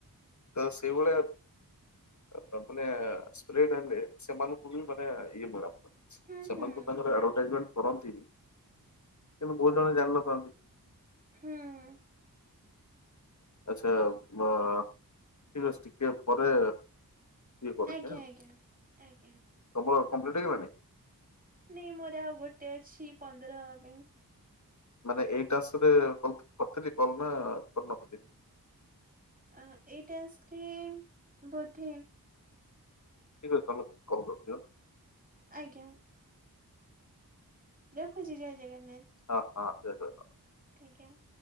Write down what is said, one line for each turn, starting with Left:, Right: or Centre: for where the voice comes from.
Left: ତ ସେଇ ଭଳିଆ ଆ ଆମ୍ ମାନେ ସ୍ପ୍ରେଡ ହେଲେ ସେମାନଙ୍କୁ ବି ମାନେ ଇଏ ମିଳ
Right: ହୁଁ
Left: ସେମାନଙ୍କୁ
Right: ହୁଁ
Left: ତାଙ୍କର ଆଡଭାଟାଇଜମେଣ୍ଟ କରନ୍ତି କିନ୍ତୁ ବହୁତ ଜଣ ଜାଣିନଥାନ୍ତି।
Right: ହୁଁ।
Left: ଆଚ୍ଛା ମା ଠିକ ଅଛି ଟିକେ ପରେ ଇଏ କରୁଚି
Right: ଆଜ୍ଞା
Left: ଆଁ
Right: ଆଜ୍ଞା ଆଜ୍ଞା।
Left: ତମର କମ୍ପ୍ଲିଟ୍ ହେଇଗଲାଣି?
Right: ନାଇଁ ମୋର ଆଉ ଗୋଟେ ଅଛି ପନ୍ଦର ହବା ପାଇଁ।
Left: ମାନେ ଏଇ ଟାସ୍କ ରେ କଲ କରିଥିଲି କଲ ନା କରିନଥିଲି?
Right: ଆଁ ଏଇ ଟାସ୍କରେ ବୋଧେ।
Left: ଠିକ୍ ଅଛି ତମେ କଲ କରିଦିଅ।
Right: ଆଜ୍ଞା। ରଖୁଛି ଜୟ ଜଗନ୍ନାଥ।
Left: ହଁ-ହଁ ଜୟ ଜଗନ୍ନାଥ।
Right: Thank you.